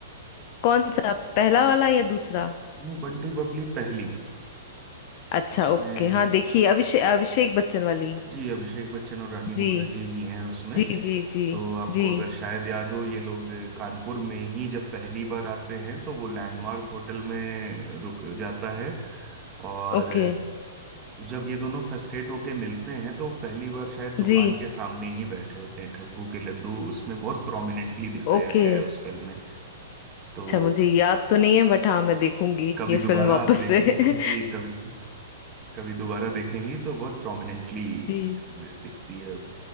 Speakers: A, on the left; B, on the right.
A: कौन सा पहला वाला या दूसरा
B: नहीं बंटी बबली पहली
A: अच्छा
B: उसमें
A: ओके हाँ देखिए अभिषेक अभिषेक बच्चन वाली
B: जी अभिषेक बच्चन और रानी मुखर्जी
A: जी
B: जी हैं उसमें
A: जी जी जी
B: तो आपको
A: जी
B: अगर शायद याद हो ये लोग कानपुर में ही जब पहली बार आते हैं तो वो लैंडमार्क होटल में रुक जाता है और
A: ओके
B: जब ये दोनों फ्रस्ट्रेट होके मिलते हैं तो पहली बार शायद दुकान
A: जी
B: के सामने ही बैठे होते हैं ठग्गू के लड्डू उसमें बहुत प्रोमिनेंटली दिखाया
A: ओके
B: गया है उस फिल्म में तो
A: अच्छा मुझे याद तो नहीं है बट हाँ मैं देखूंगी
B: कभी
A: ये
B: दोबारा
A: फिल्म वापस
B: आप देखेंगे
A: से <laughs>
B: जी कभी कभी दोबारा देखेंगी तो बहुत प्रोमिनेंटली
A: जी
B: दिख, दिखती है